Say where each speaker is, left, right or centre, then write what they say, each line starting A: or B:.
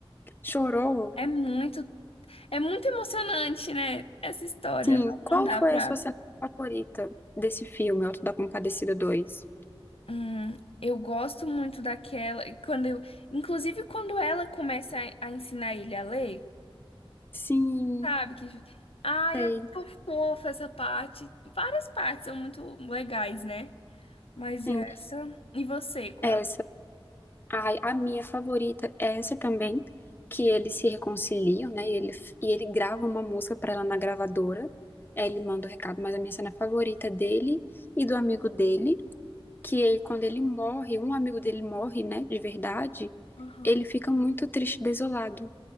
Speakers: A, on the left (about 20°); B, on the left (about 80°).
A: Chorou?
B: É muito, é muito emocionante, né? Essa história.
A: Sim.
B: Não,
A: Qual
B: não dá
A: foi
B: pra.
A: a sua cena favorita desse filme, Auto da Compadecida 2?
B: Hum, eu gosto muito daquela. Quando eu, inclusive, quando ela começa a, a ensinar ele a ler,
A: Sim,
B: sabe? Que, ai,
A: sei,
B: é muito fofa essa parte. Várias partes são muito legais, né? Mas
A: sim.
B: essa. E você, qual?
A: Essa. Ai, a minha favorita é essa também, que eles se reconciliam, né? E ele, e ele grava uma música pra ela na gravadora. Aí ele manda o recado, mas a minha cena favorita é dele e do amigo dele que ele, quando ele morre, um amigo dele morre, né, de verdade,
B: Aham.
A: ele fica muito triste, desolado.